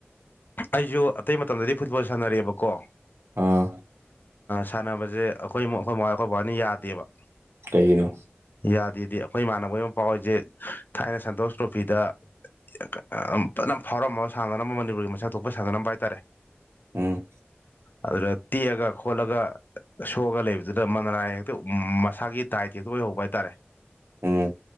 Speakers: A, on the left (about 50°); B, on the right (about 75°).
A: ꯑꯩꯁꯨ ꯑꯇꯩ ꯃꯇꯝꯗꯗꯤ ꯐꯨꯠꯕꯣꯜ ꯁꯥꯟꯅꯔꯦꯑꯕꯀꯣ
B: ꯑꯥ
A: ꯁꯥꯟꯅꯕꯁꯦ ꯑꯩꯈꯣꯏ ꯑꯩꯈꯣꯏ ꯃꯕꯥꯏ ꯑꯩꯈꯣꯏ ꯕꯥꯅ ꯌꯥꯗꯦꯕ
B: ꯀꯩꯅꯣ
A: ꯌꯥꯗꯦꯗꯤ ꯑꯩꯈꯣꯏ ꯏꯃꯥꯟꯅꯕ ꯑꯃ ꯄꯥꯎꯔꯤꯁꯦ ꯊꯥꯏꯅ ꯁꯟꯇꯣꯁ ꯇ꯭ꯔꯣꯐꯤꯗ ꯐꯖꯅ ꯐꯥꯎꯔꯝꯃꯒ ꯁꯥꯟꯅꯔꯝꯕ ꯃꯅꯤꯄꯨꯔꯒꯤ ꯃꯁꯛ ꯊꯣꯛꯄ ꯁꯥꯟꯅꯔꯝꯕ ꯍꯥꯏꯇꯥꯔꯦ
B: ꯎꯝ
A: ꯑꯗꯨꯗ ꯇꯦꯛꯑꯒ ꯈꯣꯠꯂꯒ ꯁꯣꯛꯑꯒ ꯂꯩꯕꯗꯨꯗ ꯃꯅꯥꯔꯥꯏ ꯍꯦꯛꯇ ꯃꯁꯥꯒꯤ ꯗꯥꯏꯠ ꯍꯦꯛꯇ ꯑꯣꯏꯍꯧꯕ ꯍꯥꯏꯇꯥꯔꯦ
B: ꯎꯝ